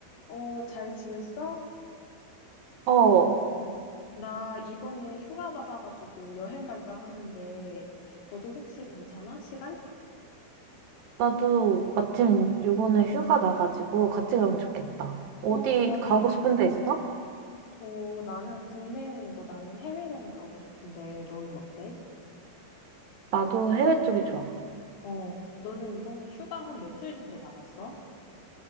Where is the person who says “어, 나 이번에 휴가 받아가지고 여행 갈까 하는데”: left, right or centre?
Left